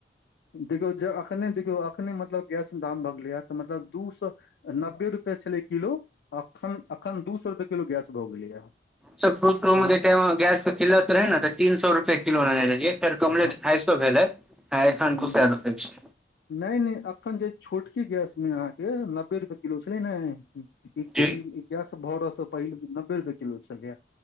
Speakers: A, on the left (about 70°); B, in the centre.
A: देखियौ जे अखने देखियौ अखने मतलब गैस दाम भग गेलैए तऽ मतलब दू सौ नब्बे रुपए छलै किलो अखन अखन दू सौ रुपए किलो गैस भऽ गेलैए
B: सब फू
A: हूं
B: गैस किलत रहै ने तऽ तीन सौ रुपए किलो रहै र कमलै
A: हँ
B: त ढाई सौ भेलै आ एखन
A: हूं
B: दू सै रुपया छै।
A: नहि नहि एखन जे छोटकी गैसमे अहाँके नब्बे रुपैए किलो छलै ने <unintelligible> ई
B: जी
A: गैस भरसँ पहिल नब्बे रुपए किलो छलैए।